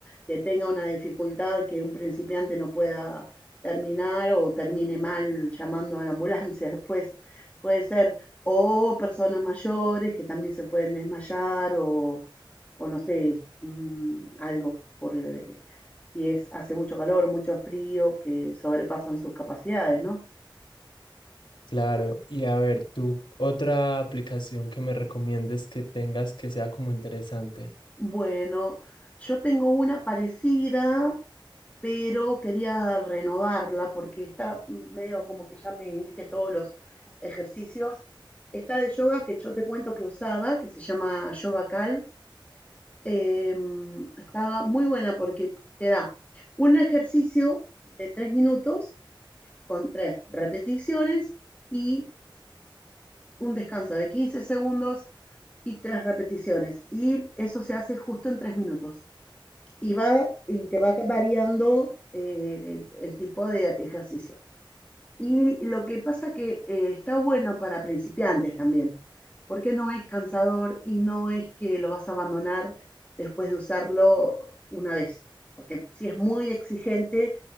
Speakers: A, on the left; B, on the left.
A: que tenga una dificultad que un principiante no pueda terminar o termine mal llamando a la ambulancia <laughs> después, puede ser, o personas mayores que también se pueden desmayar o, o no sé, mm, algo, por, eh, si es, hace mucho calor, mucho frío, que sobrepasan sus capacidades, ¿no?
B: Claro, y a ver, tú, otra aplicación que me recomiendes que tengas que sea como interesante.
A: Bueno, yo tengo una parecida, pero quería renovarla porque está medio como que ya me hice todos los ejercicios. Está de yoga que yo te cuento que usaba, que se llama Yoga Cal. Em, está muy buena porque te da un ejercicio de tres minutos con tres repeticiones y un descanso de 15 segundos y tres repeticiones. Y eso se hace justo en tres minutos. y, va, y te va variando eh, el, el, tipo de ejercicio. Y lo que pasa que eh, está bueno para principiantes también, porque no es cansador y no es que lo vas a abandonar después de usarlo una vez, porque si es muy exigente